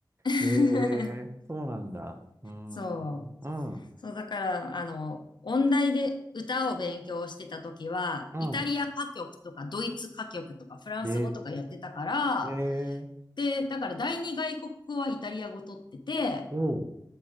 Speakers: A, on the left (about 70°); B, on the right (about 35°).
A: <laughs>
B: ええ、そうなんだ。うーん、
A: そう。
B: うん、
A: そう、だから、あの、音大で歌を勉強してた時は、
B: うん。
A: イタリア歌曲とかドイツ歌曲とかフランス語とかやってたから、
B: ええ、ええ、
A: で、だから第二外国語はイタリア語取ってて、
B: おう。